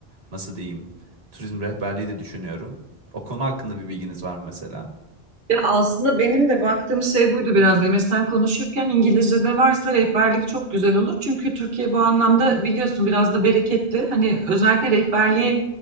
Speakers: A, on the right; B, on the right.
A: Nasıl diyeyim? Turizm rehberliği de düşünüyorum. O konu hakkında bir bilginiz var mı mesela?
B: Ya aslında benim de baktığım şey buydu biraz. Emre sen konuşurken İngilizce'de varsa rehberlik çok güzel olur. Çünkü Türkiye bu anlamda biliyorsun biraz da bereketli. Hani özellikle rehberliği